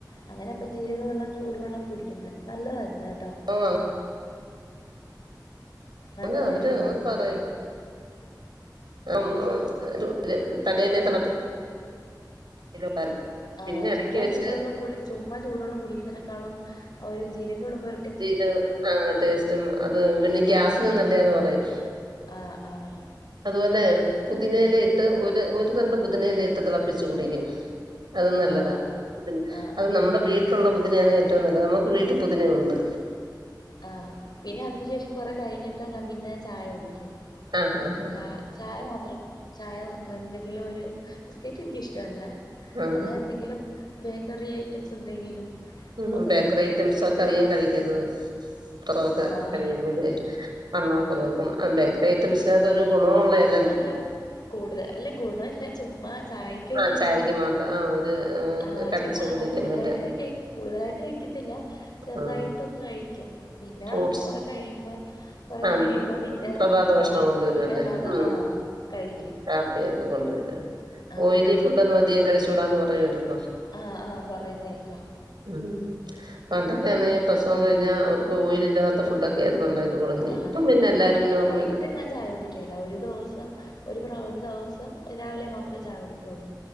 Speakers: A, on the left (about 65°); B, on the right (about 75°).
A: അങ്ങനെ അപ്പം ജീരക വെള്ളം ചൂടുവെള്ളം കുടിക്കുന്നത് നല്ലതായിരുന്നു കേട്ടോ
B: ഓആഹ്
A: നല്ലതായിരുന്നു
B: അവര് അവര് അങ്ങൻ
A: വയറ്റിനെ
B: പറയും ആഹ് <unintelligible> തലേന്നെ തളപ്പി <inaudible>
A: ആഹ്
B: പിന്നെ എടക്ക്
A: ചുമ്മ
B: വെച്ചിട്ട്
A: ചൂടുവെള്ളം കു ചുമ്മാ ചൂടുവെള്ളം കുടിക്കുന്നതിനേക്കാളും ഒരു ജീരകം ഇടുമ്പോ
B: ചീര ആഹ് ടേസ്റ്റും അത് പിന്നെ ഗ്യാസിന് നല്ലേന്ന് പറയും
A: ആഹ് ആഹ്
B: അതുപോലെ പുതിനേയിലഇട്ട് ഒരു ഒരു തണ്ട് പുതിനഇല ഇട്ട് തിളപ്പിച്ച് കുടിക്കും അത് നല്ലതാ
A: ആ ആ ആ
B: അത്‌
A: ആ
B: നമ്മടെ വീട്ട്ലുള്ള പുതിന അണ് ഏറ്റവും നല്ലത് അമ്മക്ക് വീട്ട് പൊതിന ഉണ്ട്
A: ആഹ് പിന്നെ അതിനു ശേഷം കൊറെ കഴിഞ്ഞിട്ടാ ഞാൻ പിന്നെ ചായ കുടിക്കും
B: ആഹ് ആഹ് ആഹ്
A: ചാ
B: ആഹ്
A: ചായ മാത്രം ചായ എന്തെങ്കിലും ഒര് ബിസ്ക്കേറ്റ് എനിക്കിഷ്ടമല്ല
B: ആഹ്
A: അല്ലാ എന്തെങ്കിലും ബേക്കറി ഐറ്റംസ് എന്തെങ്കിലും
B: ഉം
A: ഒന്ന്
B: ബേക്കറി
A: കഴിക്കും
B: ഐറ്റംസ് ഒക്കെ അതികം കഴിക്കരുത് ഇത്രൊഓക്കെ
A: ആഹ്
B: കഴിയുമ്പോഴേ വണ്ണോക്ക വക്കും ബേക്ക്മ്മ ആഹ് ബേക്ക് ബേയ്റ്റംസ്നകത്ത് ഒരു ഗുണവു ഉള്ള ഏ
A: അല്ല കൂടുതൽ അല്ല ഗുണം ഇല്ല ചുമ്മാ ചായക്കൊരു
B: ആഹ്
A: ഇതിന്
B: ചായക്ക് മാത്രം ആഹ് ഒരു
A: ആഹ്
B: കടിച്ചു
A: ചുമ്മാ
B: കുടിക്കാൻ
A: കൂടുതലായിട്ട്
B: വേണ്ടി
A: ക കൂടുതലായിട്ട് കഴിക്കത്തില്ല ചെറുതായിട്ടൊന്ന്
B: ആഹ്
A: കഴിക്കും പിന്നാ
B: ഫ്രൂട്ട്സ്
A: കുറെ കഴിയുമ്പോ കൊറെ
B: ആഹ്
A: കഴിയുമ്പോ
B: മ്
A: പിന്നെ
B: പ്രഭാത ഭക്ഷണം
A: കാ
B: കൊണ്ടൊരുഅല്ലേ
A: പിന്നെ അല്ലാതെ
B: ആഹ് ഉം
A: കഴിക്കും
B: കാപ്പിയൊക്കെ കൊണ്ടുവര
A: ആഹ്
B: ഓയലി ഫു‌ഡ്ഡ്ന്നും അതികം കഴിച്ചൂടാന്ന് പറയുമല്ലോ
A: ആഹ് ആഹ് പറയുന്നേക്കാം
B: ഉം പണ്ടൊക്കെ അന്നേ പ്രസവം കഴിഞ്ഞാ അവർക്ക് ഓയില് ഇല്ലാത്ത ഫുഡൊ ക്കെ ആർന്ന് ഉണ്ടാക്കി കൊടുക്കുന്നത്
A: ആഹ്
B: ഇപ്പം പിന്നെ എല്ലാരും
A: വൈകി
B: നോർമൽ
A: വൈകിട്ട് ഞാൻ ചായ കുടിക്ക്യല്ല ഒരു ദോവസം ഒരു പ്ര ഒരു ദോവസം രാവിലെ മാത്രേ ചായ കുടിക്കൊള്ളൂ